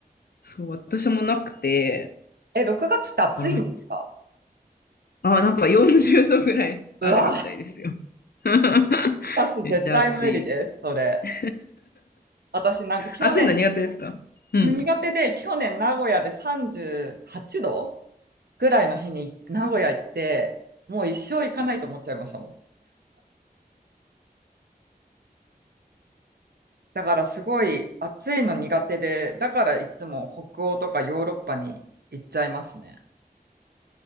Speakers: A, on the left; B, on the right.
A: そう、私もなくて。
B: え、6月って暑いんですか
A: あら、めっちゃ、あ、なんか40度ぐらいあるみたいですよ。
B: うわ、
A: <laughs>
B: 私絶対無理です、
A: めっちゃ暑い。
B: それ。
A: <laughs>
B: 私なんか去年、
A: 暑いの苦手ですかうん。
B: 苦手で、去年名古屋で38度ぐらいの日に名古屋行って、もう一生行かないと思っちゃいましたもん。だからすごい暑いの苦手で、だからいつも北欧とかヨーロッパに行っちゃいますね。